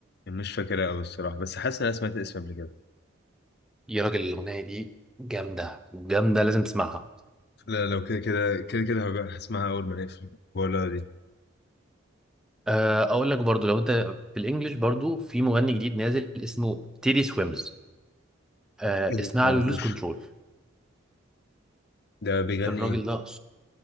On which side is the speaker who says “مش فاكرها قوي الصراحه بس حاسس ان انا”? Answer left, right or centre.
Left